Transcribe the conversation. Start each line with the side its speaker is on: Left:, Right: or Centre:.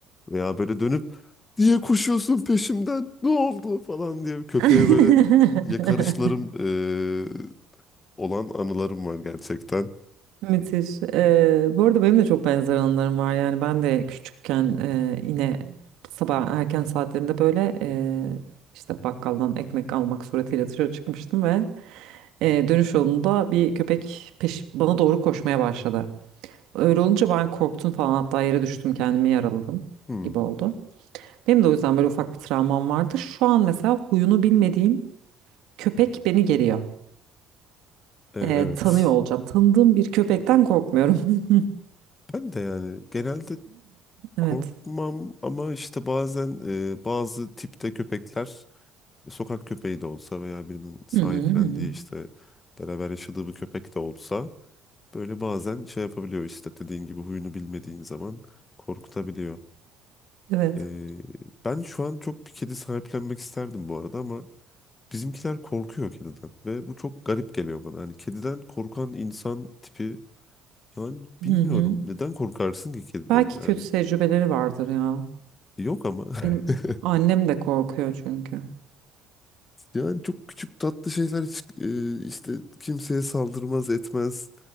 Left: veya böyle dönüp niye koşuyorsun peşimden? Ne oldu falan diye köpeğe
Right: <laughs>
Left: böyle yakarışlarım e, olan anılarım var gerçekten.
Right: Müthiş. Ee, bu arada benim de çok benzer anılarım var. Yani ben de küçükken e, yine sabah erken saatlerinde böyle e, işte bakkaldan ekmek almak suretiyle dışarı çıkmıştım ve e, dönüş yolunda bir köpek peş bana doğru koşmaya başladı. Öyle olunca ben korktum falan hatta yere düştüm kendimi yaraladım
Left: Hmm.
Right: gibi oldu. Benim de o yüzden böyle ufak bir travmam vardı. Şu an mesela huyunu bilmediğim köpek beni geriyor.
Left: E, evet.
Right: e, tanıyor olacağım. Tanıdığım bir köpekten korkmuyorum. <laughs>
Left: Ben de yani genelde
Right: Evet.
Left: Korkmam ama işte bazen e, bazı tipte köpekler e, sokak köpeği de olsa veya birinin sahiplendiği
Right: Hı hı hı. hı.
Left: işte beraber yaşadığı bir köpek de olsa böyle bazen şey yapabiliyor işte dediğin gibi huyunu bilmediğin zaman korkutabiliyor.
Right: Evet.
Left: E, ben şu an çok bir kedi sahiplenmek isterdim bu arada ama bizimkiler korkuyor kediden ve bu çok garip geliyor bana. Hani kediden korkan insan tipi yani bilmiyorum
Right: Hı hı.
Left: neden korkarsın ki kediden
Right: Belki kötü
Left: yani
Right: tecrübeleri vardır ya.
Left: yok ama.
Right: Benim
Left: <laughs>
Right: annem de korkuyor çünkü.
Left: Yani çok küçük tatlı şeyler hiç e, işte kimseye saldırmaz etmez.